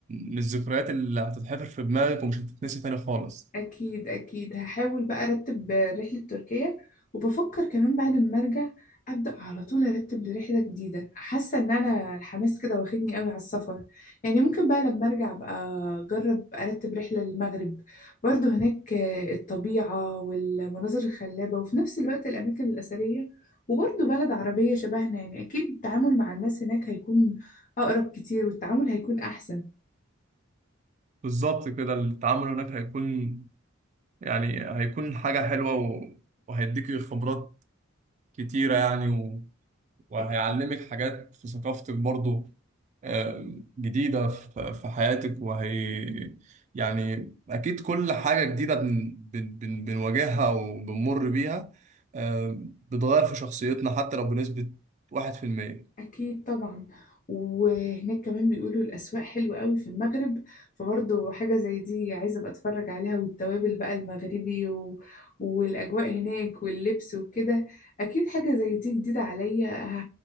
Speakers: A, on the right; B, on the left.
A: من الذكريات اللي هتتحفر في دماغك ومش هتتنسي تاني خالص
B: أكيد أكيد هحاول بقى أرتب رحلة تركيا وبفكر كمان بعد ما أرجع أبدأ على طول أرتب لرحلة جديدة حاسة إن أنا الحماس كده واخدني قوي على السفر يعني ممكن بقى لما أرجع بقى أجرب أرتب رحلة للمغرب برضو هناك الطبيعة والمناظر الخلابة وفي نفس الوقت الأماكن الأثرية وبرضو بلد عربية شبهنا يعني أكيد التعامل مع الناس هناك هيكون أقرب كتير والتعامل هيكون أحسن
A: بالظبط كده التعامل هناك هيكون يعني هيكون حاجة حلوة و- وهيديكي خبرات كتيرة يعني و- وهيعلمك
B: أكيد
A: حاجات في ثقافتك برضو آه، جديدة في في حياتك وهي يعني أكيد كل حاجة جديدة بن بن بن بنواجهها وبنمر بيها آه، بتغير في شخصيتنا حتى لو بنسبة واحد في المية
B: أكيد طبعا وهناك كمان بيقولوا الأسواق حلوة قوي في المغرب فبرضه حاجة زي دي عايزة أبقى أتفرج عليها والتوابل بقى المغربي و... والأجواء هناك واللبس وكده أكيد حاجة زي دي جديدة عليا ه-